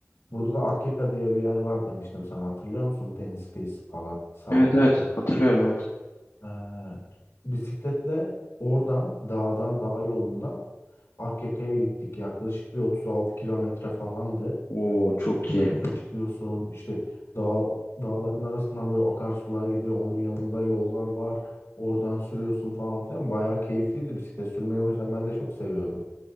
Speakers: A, on the left; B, on the left.
A: Burada da Akyaka diye bir yer var demiştim sana hatırlıyor musun? Deniz kıyısı falan sahil.
B: Evet evet hatırlıyorum evet.
A: Ee, bisikletle oradan dağdan dağ yolundan Akyaka'ya gittik. Yaklaşık bir 36 kilometre falandı.
B: Oo çok iyi.
A: Patika çıkıyorsun işte dağ, dağların arasından böyle akarsular gidiyor onun yanında yollar var oradan sürüyorsun falan filan bayağı keyifliydi bisiklet sürmeyi o yüzden ben de çok seviyorum.